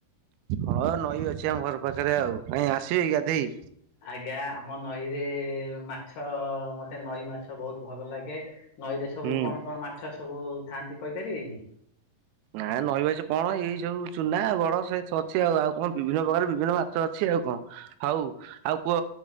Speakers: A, on the right; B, on the left.
A: ହଁ ନଈ ଅଛି ଆମ ଘର ପାଖରେ ଆଉ କାଇଁ ଆସିବି ଗାଧେଇ।
B: ଆଜ୍ଞା ଆମ ନଈରେ ମାଛ ମତେ ନଈ ମାଛ ବହୁତ ଭଲ ଲାଗେ। ନଈରେ ସବୁ
A: ହୁଁ
B: କଣ କଣ ମାଛ ସବୁ ଥାଆନ୍ତି କହିପାରିବେ କି।
A: ନା ନଈବାଛି କଣ ଏଇ ସବୁ ଚୁନା ବଡ ସେଇ ଅଛି ଆଉ ଆଉ କଣ ବିଭିନ୍ନ ପ୍ରକାର ବିଭିନ୍ନ ମାଛ ଅଛି। ଆଉ କଣ ହଉ ଆଉ କୁହ